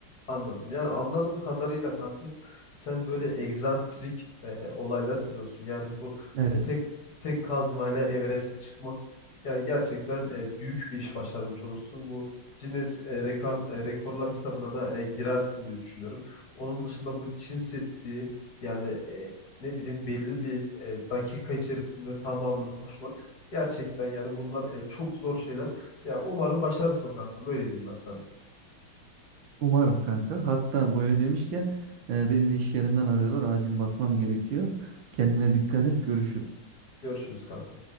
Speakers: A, on the left; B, on the right.
A: Anladım. Yani anladığım kadarıyla kanka sen böyle egzantrik e, olaylar seviyorsun. Yani bu
B: Evet.
A: tek tek kazmayla Everest'e çıkmak yani gerçekten e, büyük bir iş başarmış olursun. Bu Guinness e, rekor- e, Rekorlar kitabına da e, girersin diye düşünüyorum. Onun dışında bu Çin Seddi yani e, ne bileyim belli bir e, dakika içerisinde tamamını koşmak gerçekten yani bunlar e, çok zor şeyler. Ya umarım başarırsın kanka. Böyle diyeyim ben sana.
B: Umarım kanka. Hatta böyle demişken e, beni de iş yerinden arıyorlar. Acil bakmam gerekiyor. Kendine dikkat et. Görüşürüz.
A: Görüşürüz kanka.